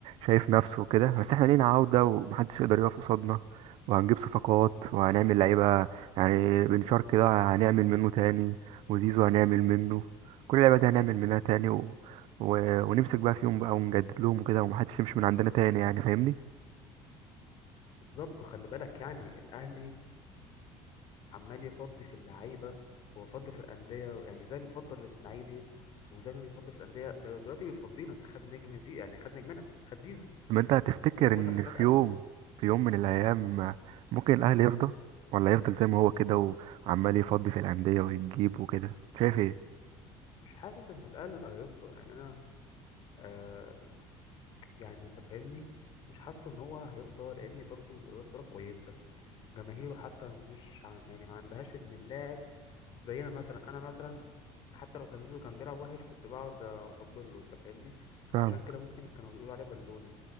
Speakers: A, on the right (about 65°); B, on the left (about 50°).
A: شايف نفسه وكده بس احنا لينا عوده ومحدش يقدر يقف قصادنا وهنجيب صفقات وهنعمل لعيبه يعني بنشار كده هنعمل منه تاني وزيزو هنعمل منه كل اللعيبه دي هنعمل منها تاني و... و... ونمسك بقى فيهم بقى ونجدد لهم وكده ومحدش يمشي من عندنا تاني يعني فاهمني
B: بالظبط وخلي بالك يعني الاهلي عمال يفضي في اللعيبه ويفضي في الانديه يعني زي ما بيفضل الاسماعيلي وزي ما بيفضي في الانديه ده دلوقتي بيفضينا ده خد نجم زي يعني خد نجمنا خد زيزو
A: ما انت هتفتكر
B: زي ما بقول
A: ان
B: لك خد
A: في
B: قلبي
A: يوم في يوم من الايام ممكن الاهلي يفضى ولا يفضل زي ما هو كده وعمال يفضي في الانديه ويجيب وكده شايف
B: مش حاسس ان الاهلي هيفضى يعني انا آه يعني انت فاهمني مش حاسس ان هو هيفضى لان ادارته اداره كويسه جماهيره حتى مش ع- يعني ما عندهاش ان اللاعب زينا مثلا انا مثلا حتى لو كان زيزو كان بيلعب وحش كنت بقعد اطبل له انت فاهمني
A: ايه
B: عشان كده ممكن كانوا بيقولوا عليه بالونه